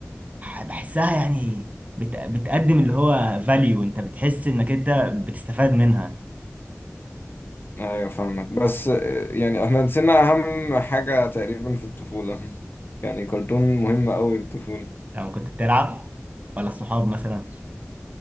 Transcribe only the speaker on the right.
بحسها يعني بت- بتقدم اللي هو فاليو انت بتحس انك انت بتستفاد منها
لما كنت بتلعب ولا الصحاب مثلا